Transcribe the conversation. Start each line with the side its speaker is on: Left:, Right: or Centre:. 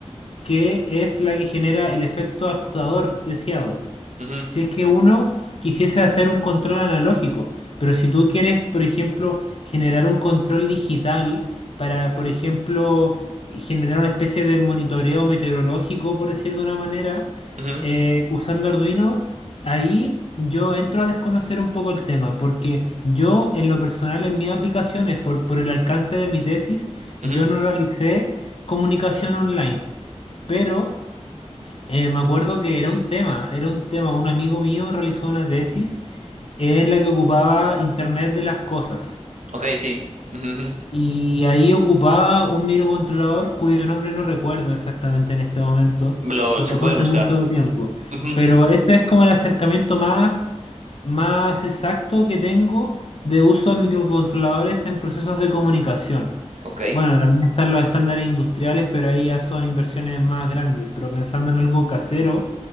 Left: que es la que genera el efecto actuador deseado.
Right: Ujú,
Left: Si es que uno quisiese hacer un control analógico, pero si tú quieres, por ejemplo, generar un control digital para, por ejemplo, generar una especie de monitoreo meteorológico, por decir de una manera,
Right: ujú,
Left: eh, usando Arduino, ahí yo entro a desconocer un poco el tema, porque yo en lo personal, en mis aplicaciones, por, por el alcance de mi tesis,
Right: ujú.
Left: yo no realicé comunicación online, pero eh, me acuerdo que era un tema, era un tema. Un amigo mío realizó una tesis en la que ocupaba Internet de las cosas.
Right: Ok, sí. Ujú, ujú.
Left: Y ahí ocupaba un microcontrolador cuyo nombre no recuerdo exactamente en este momento,
Right: Lo,
Left: porque
Right: se puede
Left: fue hace
Right: buscar.
Left: mucho tiempo.
Right: Ujú, ujú.
Left: Pero ese es como el acercamiento más, más exacto que tengo de uso de microcontroladores en procesos de comunicación.
Right: Ok.
Left: Bueno, también están los estándares industriales, pero ahí ya son inversiones más grandes. Pero pensando en algo casero.